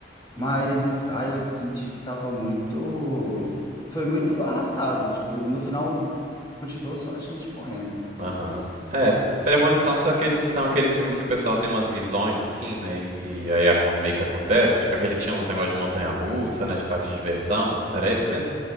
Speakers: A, on the left (about 25°); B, on the right (about 45°).
A: Mas aí eu senti que tava muito, foi muito arrastado. Tipo, no final continuou só a gente morrendo. Fiquei,
B: aham.
A: putz.
B: É, Premonição são aqueles, são aqueles filmes que o pessoal tem umas visões, assim, né? E, e aí acon- meio que acontece. Tipo aquele que tinha uns negócios de montanha-russa, né? De parque de diversão. Era esse mesmo?